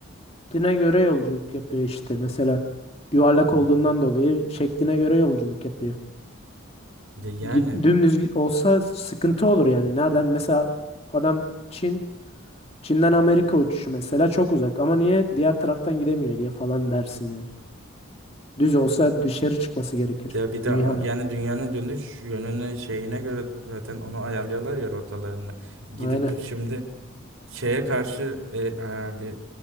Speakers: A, on the left (about 30°); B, on the right (about 85°).
A: göre yolculuk yapıyor işte mesela yuvarlak
B: Hı
A: olduğundan
B: hı.
A: dolayı şekline göre yolculuk yapıyor
B: Ya Yani
A: Gi- dümdüz gi- olsa sıkıntı olur yani nereden mesela adam Çin Çin'den Amerika uçuşu mesela çok uzak ama niye diğer taraftan gidemiyor diye falan dersin yani. Düz olsa dışarı çıkması gerekir
B: ya bir de
A: dünyanın.
B: a- yani dünyanın dönüş yönüne şeyine göre zaten onu ayarlıyorlar ya rotalarını. Gidip
A: Aynen.
B: şimdi şeye karşı e, e, bir